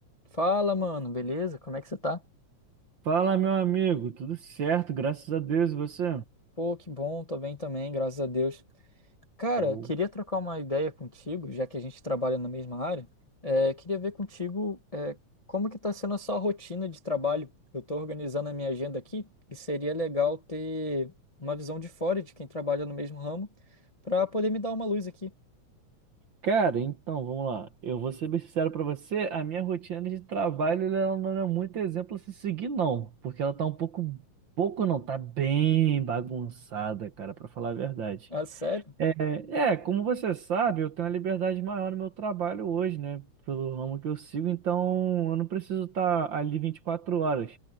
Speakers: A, on the left (about 35°); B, on the right (about 50°).
A: Fala, mano, beleza? Como é que você tá?
B: Fala, meu amigo, tudo certo, graças a Deus, e você?
A: Pô, que bom, tô bem também, graças a Deus. Cara,
B: Ou-
A: queria trocar uma ideia contigo, já que a gente trabalha na mesma área. É, queria ver contigo, é, como que tá sendo a sua rotina de trabalho. Eu tô organizando a minha agenda aqui e seria legal ter uma visão de fora de quem trabalha no mesmo ramo pra poder me dar uma luz aqui.
B: Cara, então, vamos lá. Eu vou ser bem sincero pra você, a minha rotina de trabalho ela não é muito exemplo a se seguir, não, porque ela tá um pouco, pouco não, tá bem bagunçada, cara, pra falar a verdade.
A: Ah, sério?
B: É, é, como você sabe, eu tenho uma liberdade maior no meu trabalho hoje, né? Pelo ramo que eu sigo, então eu não preciso estar ali 24 horas.